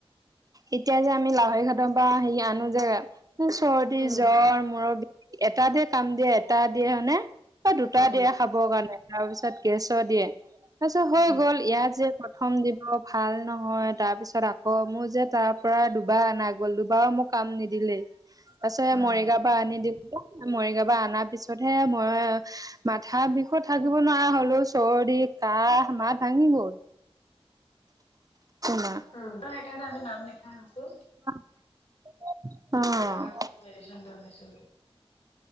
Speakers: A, on the right (about 35°); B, on the left (about 65°).
A: এতিয়া যে আমি লাহৰি ঘাটৰ পৰা হে আনো যে চৰ্দি,
B: উম
A: জ্বৰ, মূৰৰ বি এটা দে কাম দিয়ে এটা দিয়ে হয়নে বা দুটা
B: উম
A: দিয়ে খাবৰ কাৰণে। তাৰপিছত গেছো দিয়ে তাৰপিছত হৈ
B: উম
A: গ'ল ইয়াত যে প্ৰথম দিব ভাল নহয় তাৰ পিছত আ অঁ মোৰ যে তাৰ পৰা দুবাৰ আনা গল দুবাৰ মোক কাম নিদিলেই তাৰ পিছত
B: উম
A: মৰিগাওঁ তাপা আনি দিলো মৰিগাঁও পৰা আনাৰ পিছতহে মই মাথা বিষত থাকিব নোৱাৰা হলো চৰ্দি কাহ মাত ভাঙি গ'ল না
B: ত সেইকাৰণে আমি নাম লিখাই লৈছো।
A: <unintelligible> অ
B: ইয়াবাৰ তাকৈ মেডিচিনটো আনিছিলো